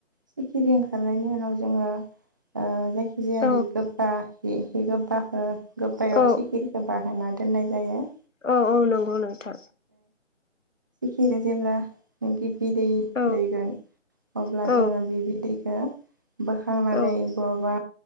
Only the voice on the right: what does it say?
सिखिरि ओंखारनायनि उनाव जोङो ओ जाखि जाया
हि गोबा हि सि गोबाखौ गोबायाव
सिखिरिखौ बाहोना दोननाय जायो
खिना जेब्ला बिदै
दैगोन अब्ला
जोङो बि बिदैखो बोखांनानै
बहाबा